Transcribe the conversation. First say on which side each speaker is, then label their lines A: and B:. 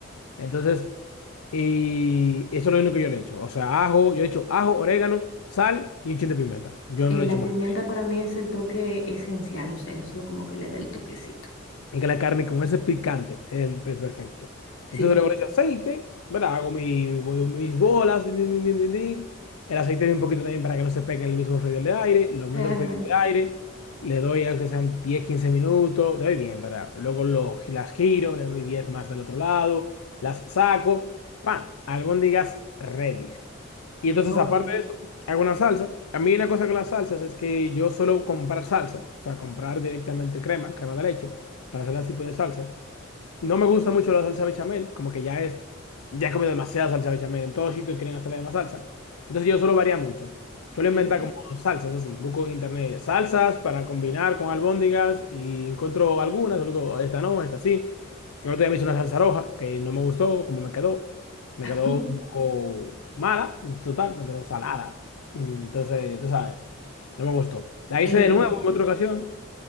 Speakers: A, on the left (about 90°); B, on the left (about 70°).
A: Entonces, y eso es lo único que yo le echo. O sea, ajo, yo le echo ajo, orégano, sal y un chin de pimienta. Yo
B: Eh,
A: no le
B: la
A: echo
B: pimienta
A: más.
B: para mí es el toque esencial, o sea, eso como que le da el toquecito.
A: Y que la carne con ese picante es el pe- perfecto.
B: Sí.
A: Entonces luego le echo aceite, ¿verdad? Hago mi- voy- mis bolas, din, din, din, din, din, din. El aceite un poquito también para que no se pegue en el mismo freidor de aire. Lo meto
B: realmente.
A: al freidor de aire, le doy aunque sean 10 15 minutos, le doy 10, ¿verdad? Luego lo, las giro, le doy 10 más del otro lado, las saco, ¡pam! Albóndigas ready. Y entonces,
B: Ok,
A: aparte de eso, hago una salsa. A mí una cosa con las salsas es que yo suelo comprar salsa, o sea, comprar directamente crema, crema de leche, para hacer ese tipo de salsa. No me gusta mucho la salsa bechamel, como que ya es, ya he comido demasiada salsa bechamel, en todos sitios quieren hacer la misma salsa. Entonces yo suelo variar mucho. Suelo
B: sí.
A: inventar como salsas así, busco en internet salsas para combinar con albóndigas y encuentro algunas, luego esta no, esta sí. El otro día me hice una salsa roja que no me gustó como me quedó. Me
B: <laughs>
A: quedó un poco mala, total, me quedó salada. Mm, Entonces, tú sabes, no me gustó. La hice
B: Ey,
A: de
B: oye,
A: nuevo en otra ocasión